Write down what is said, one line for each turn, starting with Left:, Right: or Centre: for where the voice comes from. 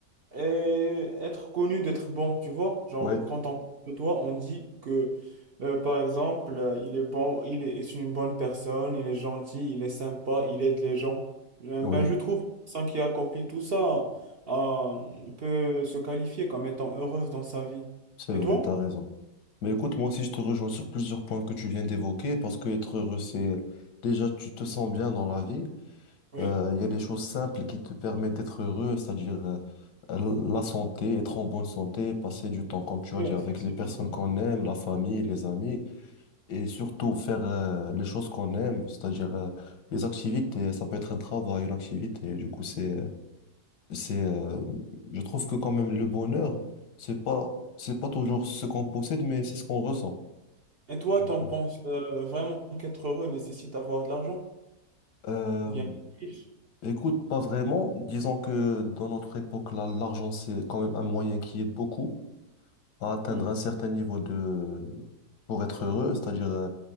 Right: et être connu, d'être bon, tu vois. Genre,
Left: Oui,
Right: quand on parle de toi, on dit que, euh, par exemple, euh, il est bon, il est, c'est une bonne personne, il est gentil, il est sympa, il aide les gens. Eh
Left: oui,
Right: Ben, je trouve sans qui accomplit tout ça, euh, peut se qualifier comme étant heureuse dans sa vie.
Left: c'est
Right: Et
Left: vrai,
Right: toi?
Left: t'as raison. Mais écoute, moi aussi, je te rejoins sur plusieurs points que tu viens d'évoquer, parce que être heureux, c'est déjà, tu te sens bien dans la vie.
Right: Oui.
Left: Euh, Il y a des choses simples qui te permettent d'être heureux, c'est-à-dire euh, euh, la santé, être en bonne santé, passer du temps, comme tu
Right: Oui,
Left: as dit,
Right: effectivement.
Left: avec les personnes qu'on aime, la famille, les amis, et surtout faire euh, les choses qu'on aime, c'est-à-dire euh, les activités. Ça peut être un travail, une activité. Du coup, c'est, euh, c'est, euh, je trouve que quand même le bonheur, c'est pas, c'est pas toujours ce qu'on possède, mais c'est ce qu'on ressent.
Right: Et toi,
Left: Du
Right: t'en
Left: coup.
Right: penses euh, vraiment qu'être heureux nécessite d'avoir de l'argent?
Left: Euh,
Right: Bien riche,
Left: Écoute, pas vraiment. Disons que dans notre époque, là, l'argent, c'est quand même un moyen qui aide beaucoup à atteindre
Right: oui.
Left: un certain niveau de... pour être heureux. C'est-à-dire, euh,